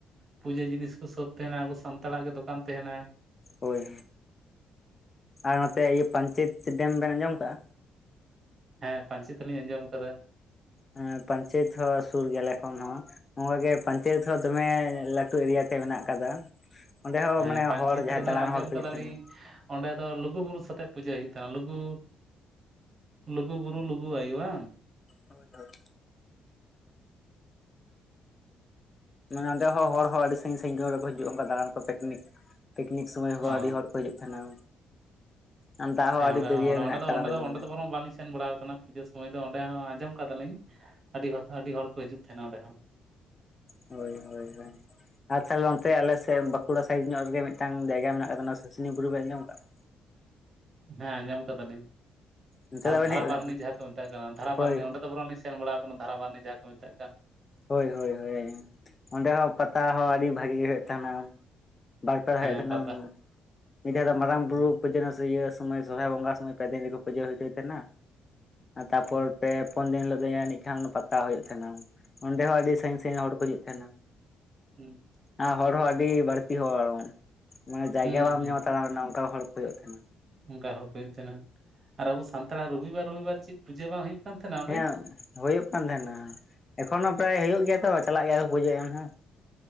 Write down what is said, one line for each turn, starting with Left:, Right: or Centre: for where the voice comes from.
Right: ᱯᱩᱡᱟᱹ ᱡᱤᱱᱤᱥ ᱠᱚ ᱥᱚᱵ ᱛᱟᱦᱮᱱᱟ ᱟᱵᱚ ᱥᱟᱱᱛᱟᱲᱟᱜ ᱜᱮ ᱫᱚᱠᱟᱱ ᱛᱟᱦᱮᱱᱟ
Left: ᱦᱳᱭ ᱟᱨ ᱱᱚᱛᱮ ᱤᱭᱟᱹ ᱯᱟᱧᱪᱮᱛ ᱰᱮᱢ ᱵᱮᱱ ᱟᱸᱡᱚᱢ ᱟᱠᱟᱜᱼᱟ
Right: ᱦᱮᱸ ᱯᱟᱧᱪᱮᱛ ᱞᱤᱤᱧ ᱟᱸᱡᱚᱢ ᱟᱠᱟᱫᱟ
Left: ᱦᱮ ᱯᱟᱧᱪᱮᱛ ᱦᱚᱸ ᱥᱩᱨ ᱜᱮᱞᱮ ᱟᱞᱮ ᱠᱷᱚᱱ ᱦᱚᱸ ᱱᱚᱚᱣ ᱜᱮ ᱯᱟᱧᱪᱮᱛ ᱦᱚᱸ ᱫᱚᱢᱮ ᱞᱟᱹᱴᱩ ᱮᱨᱤᱭᱟ ᱛᱮ ᱢᱮᱱᱟᱜ ᱟᱠᱟᱫᱟ ᱚᱸᱰᱮ ᱦᱚᱸ
Right: ᱦᱮᱸ
Left: ᱢᱟᱱᱮ
Right: ᱯᱟᱹᱧᱪᱤᱛ
Left: ᱦᱚᱲ ᱡᱟᱦᱟᱸᱭ
Right: ᱨᱮᱫᱚ
Left: ᱫᱟᱬᱟᱱ
Right: ᱟᱸᱡᱚᱢ
Left: ᱦᱚᱲ ᱠᱚ
Right: ᱠᱟᱫᱟᱞᱤᱧ
Left: ᱦᱤᱡᱩᱜ ᱛᱟᱦᱮᱸᱱᱟ
Right: ᱚᱸᱰᱮ ᱫᱚ ᱞᱩᱜᱩᱵᱩᱨᱩ ᱥᱟᱜ ᱛᱮ ᱯᱩᱡᱟᱹ ᱦᱩᱭᱩᱜ ᱛᱟᱦᱮᱱᱟ ᱞᱩᱜᱩ ᱞᱩᱜᱩ ᱵᱩᱨᱩ ᱞᱩᱜᱩ ᱟᱹᱭᱩ ᱵᱟᱝ
Left: ᱦᱳᱭ ᱦᱳᱭ ᱚᱸᱰᱮ ᱦᱚᱸ ᱦᱚᱲ ᱦᱚᱸ ᱟᱹᱰᱤ ᱥᱟᱺᱜᱤᱧ ᱥᱟᱺᱜᱤᱧ ᱦᱚᱲᱜᱮ ᱠᱚ ᱦᱤᱡᱩᱜᱼᱟ ᱚᱱᱠᱟ ᱫᱟᱬᱟᱱ ᱠᱚ ᱯᱤᱠᱱᱤᱠ ᱯᱤᱠᱱᱤᱠ ᱥᱳᱚᱢᱚᱭ ᱦᱚᱸ
Right: ᱚ
Left: ᱟᱹᱰᱤ ᱦᱚᱲ ᱠᱚ ᱦᱤᱡᱩᱜ ᱛᱟᱦᱮᱱᱟ ᱟᱨ ᱫᱟᱜ ᱦᱚᱸ
Right: ᱦᱮᱸ
Left: ᱟᱹᱰᱤ
Right: ᱚᱸᱰᱮᱸ
Left: ᱫᱟᱹᱨᱭᱟᱹ
Right: ᱦᱚᱸ
Left: ᱢᱮᱱᱟᱜ
Right: ᱚᱸᱰᱮ
Left: ᱟᱠᱟᱫᱟ
Right: ᱫᱚ ᱚᱸᱰᱮ ᱫᱚ
Left: ᱢᱟᱱᱮ
Right: ᱚᱸᱰᱮ ᱫᱚ ᱵᱚᱨᱚᱝ ᱵᱟᱹᱞᱤᱧᱱ ᱥᱮᱱ ᱵᱟᱲᱟ ᱟᱠᱟᱱᱟ ᱦᱤᱡᱩᱜ ᱥᱩᱢᱟᱹᱭ ᱫᱚ ᱚᱸᱰᱮ ᱦᱚᱸ ᱟᱸᱡᱚᱢ ᱟᱠᱟᱫᱟᱞᱤᱧ ᱟᱹᱰᱤ ᱦᱚᱲ ᱥᱟᱣ ᱟᱹᱰᱤ ᱦᱚᱲ ᱠᱚ ᱦᱤᱡᱩᱜ ᱛᱟᱦᱮᱸᱱᱟ ᱚᱸᱰᱮ ᱦᱚᱸ
Left: ᱦᱳᱭ ᱦᱳᱭ ᱦᱳᱭ ᱟᱨ ᱛᱟᱦᱚᱞᱮ ᱚᱱᱛᱮ ᱟᱞᱮᱥᱮᱫ ᱵᱟᱸᱠᱩᱲᱟ ᱥᱟᱭᱤᱴ ᱧᱚᱜ ᱨᱮᱜᱮ ᱢᱤᱫᱴᱟᱝ ᱡᱟᱭᱜᱟ ᱢᱮᱱᱟᱜ ᱟᱠᱟᱫᱟ ᱥᱩᱥᱩᱱᱤᱭᱟᱹ ᱵᱩᱨᱩ ᱵᱮᱱ ᱟᱸᱡᱚᱢ ᱟᱠᱟᱫᱼᱟ
Right: ᱦᱮᱸ ᱟᱸᱡᱚᱢ ᱠᱟᱫᱟᱞᱤᱧ
Left: ᱚᱱᱛᱮ ᱫᱚ ᱵᱟᱵᱮᱱ
Right: ᱫᱷᱟᱨᱟᱵᱟᱨᱱᱤ
Left: ᱦᱮᱡ ᱵᱟᱲᱟ ᱟᱠᱟᱱᱟ
Right: ᱡᱟᱦᱟᱸ ᱠᱚ ᱢᱮᱛᱟᱜ ᱠᱟᱱᱟ ᱫᱷᱟᱨᱟᱵᱟᱨᱱᱤ
Left: ᱦᱳᱭ
Right: ᱚᱸᱰᱮ ᱫᱚ ᱵᱚᱨᱚᱢ ᱥᱮᱱ ᱵᱟᱲᱟᱣ ᱠᱟᱱᱟ ᱫᱷᱟᱨᱟᱵᱟᱦᱤᱱᱤ ᱡᱟᱦᱟᱸ ᱠᱚ ᱢᱮᱛᱟᱜ ᱠᱟᱱ
Left: ᱦᱳᱭ ᱦᱳᱭ ᱦᱳᱭᱳ ᱚᱸᱰᱮ ᱦᱚᱸ ᱯᱟᱛᱟ ᱦᱚᱸ ᱟᱹᱰᱤ ᱵᱷᱟᱜᱤ ᱜᱮ ᱦᱳᱭᱳᱜ ᱛᱟᱦᱮᱱᱟ ᱵᱟᱨ ᱯᱮᱫᱷᱟᱭ
Right: ᱦᱮᱸ
Left: ᱦᱮᱡ ᱞᱮᱱᱟ
Right: ᱯᱟᱛᱟ
Left: ᱢᱤᱫ ᱫᱷᱟᱣ ᱫᱚ ᱢᱟᱨᱟᱝ ᱵᱩᱨᱩ
Right: ᱦᱩᱸ
Left: ᱯᱩᱡᱟᱹ ᱱᱟ ᱥᱤᱭᱟᱹ ᱥᱚᱢᱚᱭ ᱥᱚᱨᱦᱟᱭ ᱵᱚᱸᱜᱟ ᱥᱚᱢᱚᱭ ᱯᱮ ᱫᱤᱱ ᱨᱮᱠᱚ ᱯᱩᱡᱟᱹ ᱦᱚᱪᱚᱭ ᱛᱟᱦᱮᱱᱟ ᱟᱨ ᱛᱟᱯᱚᱨ
Right: ᱦᱩᱸ
Left: ᱯᱮ ᱯᱩᱱ ᱫᱤᱱ ᱦᱤᱞᱳᱜ ᱫᱚ ᱡᱟᱱᱤᱡ ᱠᱷᱟᱱ ᱯᱟᱛᱟ ᱦᱩᱭᱩᱜ ᱛᱟᱦᱮᱱᱟ ᱚᱸᱰᱮ ᱦᱚᱸ ᱟᱹᱰᱤ ᱥᱟᱸᱜᱤᱧ ᱥᱟᱸᱜᱤᱧ ᱦᱚᱲ ᱠᱚ ᱦᱤᱡᱩᱜ ᱛᱟᱦᱮᱱᱟ
Right: ᱦᱩᱸ
Left: ᱟᱨ ᱦᱚᱲ ᱦᱚᱸ ᱟᱰᱤ ᱵᱟᱹᱲᱛᱤ ᱦᱚᱲ ᱢᱟᱱᱮ ᱡᱟᱭᱜᱟ
Right: ᱦᱩᱸ
Left: ᱵᱟᱢ
Right: ᱦᱩᱸ
Left: ᱧᱟᱢᱟ ᱛᱟᱲᱟᱢ ᱨᱮᱱᱟᱜ ᱚᱱᱠᱟ ᱦᱚᱲ ᱠᱚ ᱦᱩᱭᱩᱜ ᱛᱟᱦᱮᱱᱟ
Right: ᱚᱱᱠᱟ ᱦᱚᱲ ᱠᱚ ᱦᱩᱭᱩᱜ ᱛᱷᱮᱱᱟ ᱟᱨ ᱟᱵᱚ ᱥᱟᱱᱛᱟᱲ ᱟᱜ ᱨᱚᱵᱤ ᱵᱟᱨ ᱨᱚᱵᱤ ᱵᱟᱨ ᱪᱮᱫ ᱯᱩᱡᱟᱹ ᱵᱟᱝ ᱦᱩᱭᱩᱜ ᱠᱟᱱ ᱛᱟᱦᱮᱱᱟ ᱚᱸᱰᱮ
Left: ᱦᱮᱸ ᱦᱩᱭᱩᱜ ᱠᱟᱱ ᱛᱟᱦᱮᱱᱟ ᱮᱠᱷᱚᱱᱚ ᱯᱨᱟᱭ ᱦᱳᱭᱳᱜ ᱜᱮᱭᱟ ᱛᱚ ᱪᱟᱞᱟᱜ ᱜᱮᱭᱟ ᱠᱚ ᱯᱩᱡᱟᱹ ᱮᱢ ᱦᱚᱸ